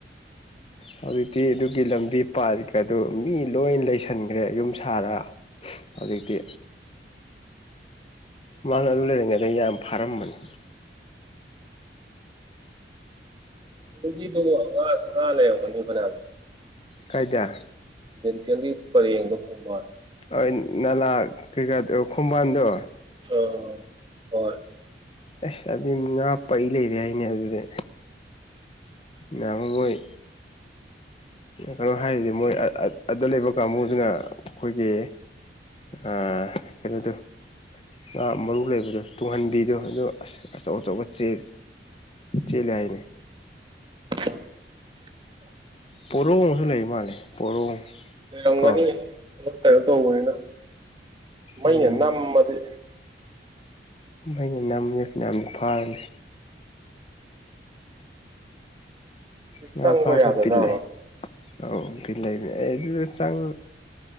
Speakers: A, on the left; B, on the right.
A: ꯍꯧꯖꯤꯛꯇꯤ ꯑꯗꯨꯒꯤ ꯂꯝꯕꯤ ꯄꯥ ꯑꯗꯨ ꯃꯤ ꯂꯣꯏ ꯂꯩꯁꯟꯈ꯭ꯔꯦ ꯌꯨꯝ ꯁꯥꯔꯒ ꯍꯧꯖꯤꯛꯇꯤ ꯃꯥꯡ ꯑꯗꯨ ꯂꯩꯔꯤꯉꯩꯗ ꯌꯥꯝ ꯐꯥꯔꯝꯝꯕꯅꯤ
B: ꯤ ꯇ ꯍꯉ ꯁꯉ ꯂꯩꯅꯤꯕꯅꯦꯌꯥꯝꯗꯤꯦ
A: ꯀꯥꯏꯗ
B: ꯗꯦꯟꯇꯦꯜꯂꯤ ꯄꯔꯦꯡꯗ ꯈꯣꯡꯕꯥꯅꯤ
A: ꯍꯣꯏ ꯅꯥꯂ ꯀꯩꯀꯥꯗꯣ ꯀꯝꯕꯥꯜꯗꯣ
B: ꯑ ꯍꫭꯏ
A: ꯑꯁ ꯑꯗꯨ ꯉꯥ ꯄꯩ ꯂꯩꯔꯦ ꯍꯥꯏꯅꯦ ꯑꯗꯨꯗꯤ ꯌꯥꯝꯃꯒꯣꯏ ꯀꯩꯅꯣ ꯍꯥꯏꯔꯤꯗꯤ ꯃꯣꯏ ꯑꯗꯨ ꯂꯩꯕ ꯀꯥꯡꯕꯨꯗꯨꯅ ꯑꯩꯈꯣꯏꯒꯤ ꯑ ꯀꯩꯅꯣꯗꯣ ꯉꯥ ꯃꯔꯨ ꯂꯩꯕꯗꯣ ꯇꯨꯡꯍꯟꯕꯤꯗꯣ ꯑꯗ ꯑꯁ ꯑꯆꯧ ꯑꯆꯧꯕ ꯆꯦ ꯆꯂꯏꯅꯦ
B: <inaudible>
A: ꯄꯣꯔꯣ ꯑꯃꯁꯨ ꯂꯩ ꯃꯥꯜꯅꯤ ꯄꯣꯔꯣꯡ
B: ꯂꯩꯔꯝꯒꯅꯤ
A: ꯀꯣ
B: ꯀꯩꯅꯣ ꯇꯧꯕꯅꯤꯅ ꯃꯩꯅ
A: ꯎꯝ
B: ꯅꯝꯃꯗꯤ
A: ꯃꯩꯅ ꯅꯝꯃ ꯃꯅ ꯐꯥꯔꯅꯤ ꯉꯥ
B: ꯆꯪꯕ
A: ꯐꯥꯕꯁꯨ
B: ꯌꯥꯗꯖꯥꯠꯔꯣ
A: ꯕꯤꯜꯂꯦ ꯑꯧ ꯕꯤꯜꯂꯕꯅꯦ ꯑꯩ ꯑꯗꯨꯗ ꯆꯪ